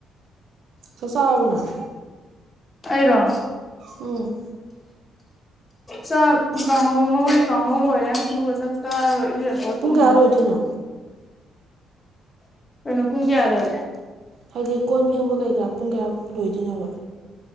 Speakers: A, on the right; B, on the left.
A: ꯆꯥꯛꯆꯥꯔꯕꯣ ꯅꯪ
B: ꯑꯩꯔꯣ
A: ꯎꯝ
B: ꯆꯥꯛ ꯀꯥꯡꯍꯧ ꯉꯧꯔꯤ ꯀꯥꯡꯍꯧ ꯂꯣꯏꯔꯦ ꯑꯗꯨꯒ ꯆꯥꯛ ꯆꯥꯔꯒ ꯏꯔꯨꯖꯊꯣꯛ ꯑꯣ
A: ꯄꯨꯡ
B: ꯇꯨꯝꯒ꯭ꯔꯥꯗꯧ
A: ꯀꯌꯥ ꯂꯣꯏꯗꯣꯏꯅꯣ
B: ꯀꯩꯅꯣ ꯄꯨꯡ ꯀꯌꯥꯗ ꯑꯗꯨꯗꯤ
A: ꯍꯥꯏꯗꯤ ꯀꯣꯟ ꯐꯦꯡꯕ ꯀꯩꯀꯥ ꯄꯨꯡ ꯀꯌꯥ ꯂꯣꯏꯗꯣꯏꯅꯣꯕ